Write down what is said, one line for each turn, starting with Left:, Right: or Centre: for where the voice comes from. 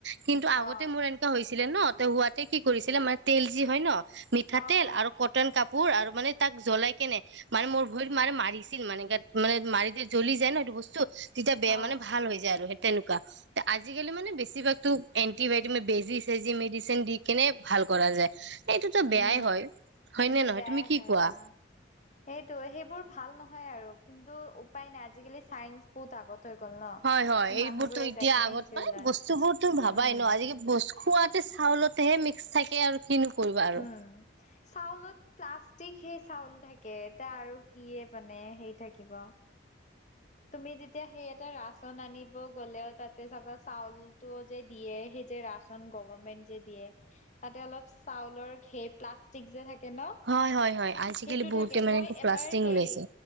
Right: কিন্তু আগতে
Left: অ অ
Right: মোৰ এন। হৈছিলে ন তে হোৱাতে কি কৰিছিলে মানে তেল যি হয় ন মিঠাতেল
Left: অ', অ',
Right: আৰু কট। কটন কাপোৰ আৰু মানে তাক জ্বলাই কেনে। মানে মোৰ ভৰিত মাৰে মাৰিছিল মানে গাত মানে মাৰি দি জ্বলি যায় ন সেইটো বস্তু। তেতিয়া বেয়া
Left: অ',
Right: মানে ভাল হৈ যায় আৰু সেই তেনেকোৱা। তে আজিকালি মানে বেছিভাগতো এন্টিবায়টিক মা বেজি চেজি মেডিচিন দি কেনে ভাল কৰা যায়। এইটোতো
Left: উম,
Right: বেয়াই হয় হয়
Left: এইটো
Right: নে নহয়
Left: বেয়াই
Right: তুমি কি
Left: হয়
Right: কোৱা।
Left: অ'। সেইটো সেইবোৰ ভাল নহয় আৰু কিন্তু উপায় নাই আজিকালি চাইন্স বহুত আগত। হৈ গল ন।
Right: হয় হয় এইবোৰতো
Left: মানুহবোৰে
Right: এতিয়া
Left: যাই কেনে
Right: আগত
Left: সেইটোৱে
Right: মানে
Left: লয়
Right: বস্তু বোৰ তো ভাবাই
Left: উম,
Right: ন আজি। বস খোৱাতে চাউলতেহে মিক্স থাকে আৰু কিনুকৰিবা আৰু।
Left: উম। চাউলত প্লাষ্টিক সেই চাউল থাকে এতিয়া আৰু কিয়ে মানে সেই থাকিব। তুমি যেতিয়া সেই এটা ৰাচন আনিব গ'লেও তাতে চাবা চাউলতটোও যে দিয়ে সেই যে ৰাচ। গভানে যে দিয়ে তাতে অলপ চাউলৰ প্লাষ্টিক যে থাকে ন।
Right: হয় হয় হয়। আজিকালি
Left: সেইটো
Right: বহুতে
Left: থাকে
Right: মানে
Left: মই
Right: প্লাষ্টিং
Left: এবাৰ সেই
Right: ওলাইছে